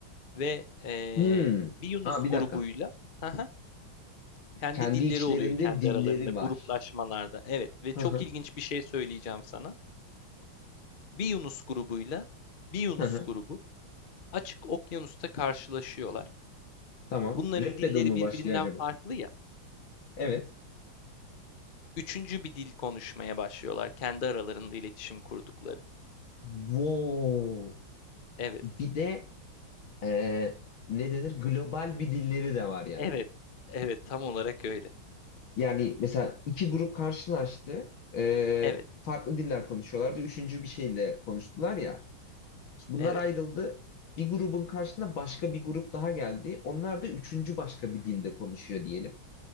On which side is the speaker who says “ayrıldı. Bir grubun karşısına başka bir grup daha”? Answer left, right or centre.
Left